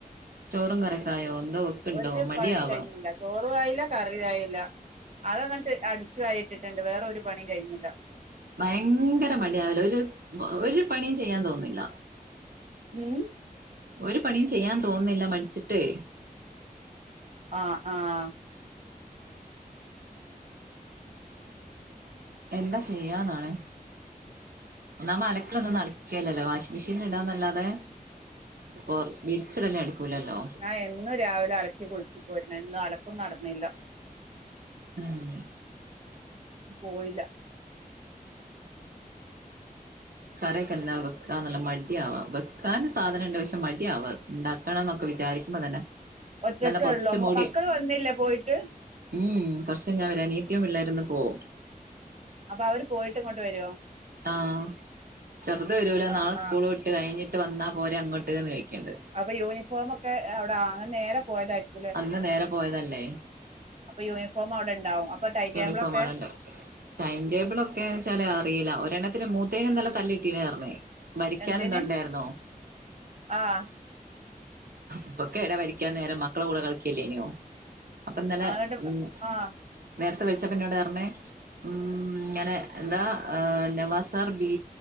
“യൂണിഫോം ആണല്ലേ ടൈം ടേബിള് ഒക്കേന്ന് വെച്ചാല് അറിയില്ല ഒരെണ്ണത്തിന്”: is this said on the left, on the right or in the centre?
Right